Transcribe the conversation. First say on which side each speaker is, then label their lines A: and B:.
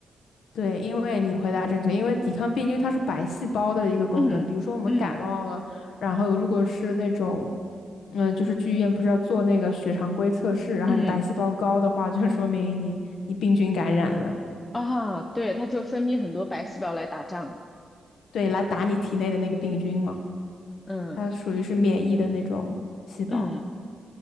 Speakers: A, on the left; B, on the left.
A: 对，因为你回答正确，因为抵抗病菌它是白细胞的一个功能。
B: 嗯嗯
A: 比如说我们感冒了，然后如果是那种，嗯，就是去医院不是要做那个血常规测试，然后你白细胞高的话，
B: 嗯，
A: 就说明你你病菌感染了，
B: 啊，对，它就分泌很多白细胞来打仗了
A: 对，来打你体内的那个病菌嘛，
B: 嗯
A: 它属于是免疫的那种细胞，
B: 嗯，